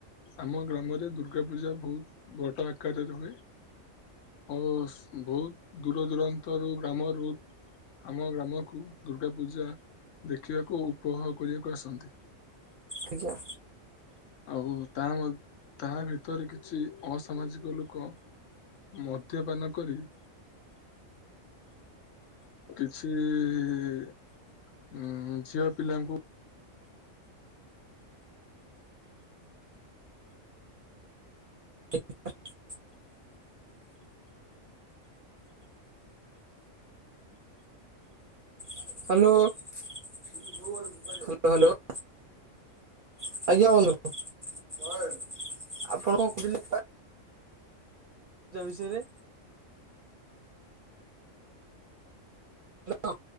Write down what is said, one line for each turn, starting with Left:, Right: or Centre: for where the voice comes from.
Left: ଆମ ଗ୍ରାମରେ ଦୁର୍ଗା ପୂଜା ବହୁତ ବଡ଼ ଆକାରରେ ହୁଏ। ଓ ବହୁତ ଦୂର ଦୂରାନ୍ତରୁ ଗ୍ରାମରୁ। ଆମ ଗ୍ରାମକୁ ଦୁର୍ଗା ପୂଜା ଦେଖିବାକୁ ଉପଭୋଗ କରିବାକୁ ଆସନ୍ତି।
Right: ଆଜ୍ଞା।
Left: ଆଉ ତା ତା ଭିତରେ କିଛି ଅସାମାଜିକ ଲୋକ। ମଦ୍ୟପାନ କରି। କିଛି ଇ। ଉଁ ଝିଅ ପିଲାଙ୍କୁ
Right: <inaudible> ହ୍ୟାଲୋ। <inaudible> Hello hello. ଆଜ୍ଞା କହନ୍ତୁ। ଆପଣ କଣ କହୁଥିଲେ? ଯୋ ବିଷୟରେ ହ୍ୟାଲୋ।